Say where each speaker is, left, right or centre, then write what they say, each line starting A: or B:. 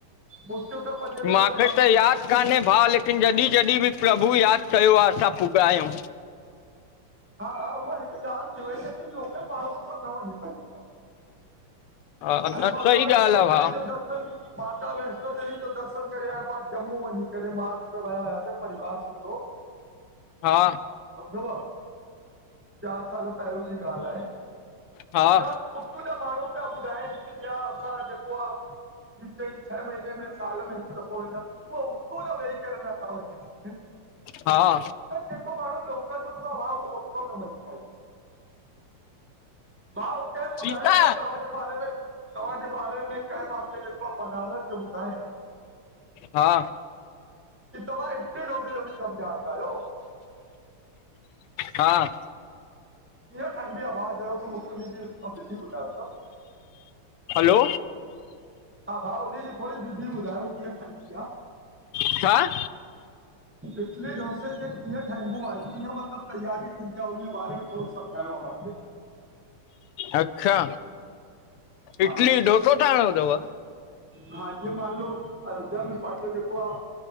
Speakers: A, in the centre; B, on the left.
A: मुश्किल त पंज
B: मांखे
A: ॾह दफ़ा
B: त याद कान्हे भाउ, लेकिन जॾी-जॾी बी प्रभु याद कयो आ असां पुॻा आयूं।
A: हा, उहा हिक ॻाल थी वई, लेकिन लोकल माण्हू ओतरो न वञी पाईंदो आ।
B: हा
A: अड़े!
B: न
A: माता
B: सही
A: वैष्णो
B: ॻाल्हि आहे
A: देवी
B: भाउ
A: जो दर्शन माता वैष्णो देवी जो दर्शन करे आयां मां जम्मू वञी करे, मार्च में विया हुयासीं परिवार सां <unintelligible>
B: हा
A: कंदो आ। चार साल पेहरियों जी ॻाल आहे
B: हा
A: त उतां जा माण्हू पिया ॿुधाइन कि भैया असां जेको आ ट्री, चई छह महीने में, साल में, हिक दफ़ो वेंदा आऊं। वो उतों वेही करे नथा वञन। <inaudible>
B: हा
A: पर जेको माण्हू लोकल जो हूंदो आ, भाउ उहो ओतरो न वञी पाईंदो। हा, हुते‌जो ॿुधाईं
B: सीता
A: तव्हांजे बारे में, तव्हांजे बारे चयोमांस जेको आहे बनारस त ॿुधाए
B: हा
A: कि तव्हां <unintelligible> जो बी कम ॼाणदा आयो?
B: हा।
A: कीअं ठाहींदी आ? भा ज़रो त मूंखे हुनजी विधी ॿुधायो त।
B: हलो।
A: हा भा हुन जी थोरी विधी ॿुधायो कीअं ठाहिंदी आ।
B: छा।
A: इटली डोसे खे कीअं ठाहींबो आ कीअं मतलबु तयारी थींदी आहे उन जे बारे में थोरो समुझायो आ मांखे।
B: अच्छा,
A: हा
B: इटली डोसो ठाहिणो तव।
A: हा जीअं मानलो अयोध्या में पंहिंजो जेको आ।